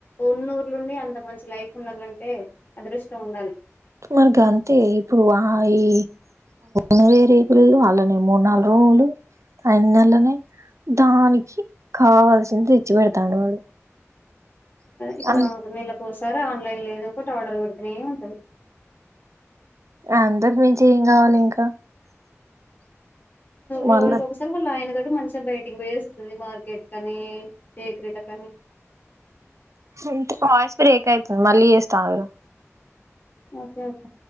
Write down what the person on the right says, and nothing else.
మరిగా అంతే ఇప్పుడు ఆ ఈ న్నే రేపు అలానే మూడు నాలు రూ ఉళు ఆ నెలలనే దానికి కావాల్సింది తెచ్చి పెడతన్నడు వాడు
అం
అందరు మంచి ఏం కావాలి ఇంకా
మళ్ళా
అంత వాయిస్ బ్రేక్ అవుతుంది మళ్ళీ చేస్త ఆగురా